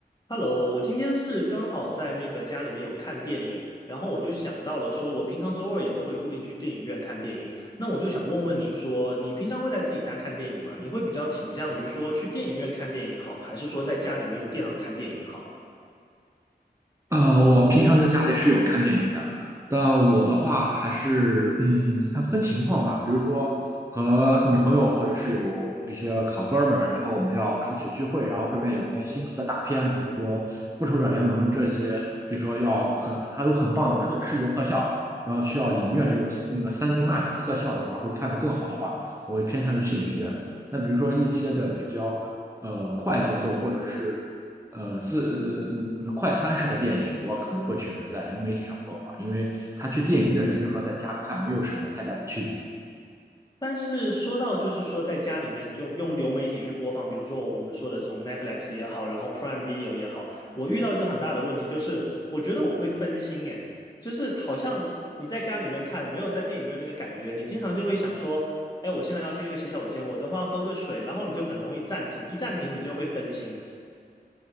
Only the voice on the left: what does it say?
Hello，我今天是刚好在那个家里面有看电影，然后我就想到了说，我平常周二也都会固定去电影院看电影。那我就想问问你说，你平常会在自己家看电影吗？你会比较倾向于说去电影院看电影好，还是说在家里面用电脑看电影好？
但是说到就是说，在家里面就用流媒体去播放，比如说我们说的这种 Netflix 也好，然后 Prime Video 也好，我遇到一个很大的问题，就是我觉得我会分心耶，就是好像你在家里面看，没有在电影院那个感觉，你经常就会想说，哎，我现在要去一个洗手间，我等会儿要喝个水，然后你就很容易暂停，一暂停你就会分心。